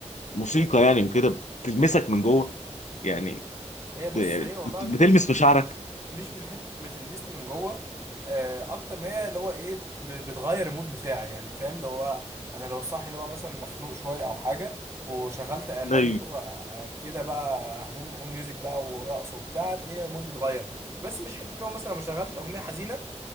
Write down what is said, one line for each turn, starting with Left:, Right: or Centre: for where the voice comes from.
Left: الموسيقى يعني كده بتلمسك من جوه يعني
Right: هي بص
Left: يعني
Right: هي والله
Left: بت-
Right: العظيم
Left: بتلمس
Right: مش مش
Left: مشاعرك
Right: مش من حته بتلمسني من جوه آه، اكتر ما هي اللي هو ايه ب- بتغير المود بتاعي يعني فاهم لو هو انا لو صاحي اللي هو مثلا مخنوق شويه او حاجه وشغلت اغاني
Left: ايوه
Right: اللي هو آه، كده بقى هم هم ميوزك بقى ورقص وبتاع تلاقيني مودي اتغير بس مش حته لو مثلا لو شغلت اغنيه حزينه